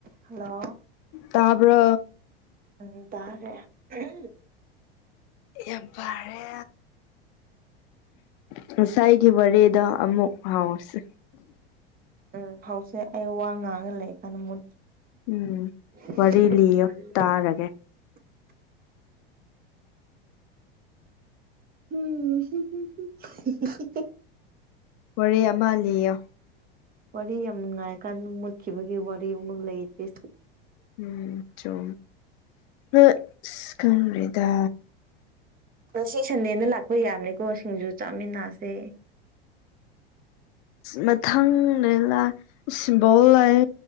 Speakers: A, on the right; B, on the left.
A: hello
B: ꯇꯥꯕ꯭ꯔꯣ
A: ꯑ ꯇꯥꯔꯦ ꯑꯍꯝ
B: ꯌꯥꯝ ꯐꯔꯦ ꯉꯁꯥꯏꯒꯤ ꯋꯥꯔꯤꯗꯣ ꯑꯃꯨꯛ ꯍꯥꯎꯁꯤ
A: ꯎꯝ ꯍꯥꯎꯁꯦ ꯑꯩ ꯋꯥ ꯉꯥꯡꯉꯒ ꯂꯩ ꯀꯥꯟꯗ ꯃꯨ
B: ꯎꯝ
A: <unintelligible>
B: ꯋꯥꯔꯤ ꯂꯤꯌꯣ ꯇꯥꯔꯒꯦ
A: ꯎꯝ <unintelligible> <unintelligible>
B: ꯋꯥꯔꯤ ꯑꯃ ꯂꯤꯌꯣ
A: ꯋꯥꯔꯤ ꯌꯥꯝ ꯅꯨꯡꯉꯥꯏ ꯀꯥꯟꯗ ꯃꯨꯠꯈꯤꯕꯒꯤ ꯋꯥꯔꯤ ꯑꯃꯨꯛ ꯂꯩꯔꯤ
B: ꯎꯝ ꯆꯣ ꯑ ꯈꯪꯗ꯭ꯔꯦꯗ
A: ꯑꯗꯣ ꯁꯤ ꯁꯟꯗꯦꯅ ꯂꯥꯛꯄ ꯌꯥꯕꯅꯤꯀꯣ ꯁꯤꯡꯖꯨ ꯆꯥꯃꯤꯟꯅꯁꯦ
B: ꯃꯊꯪꯅꯦ ꯁꯤꯝꯕꯜ ꯂꯥꯏ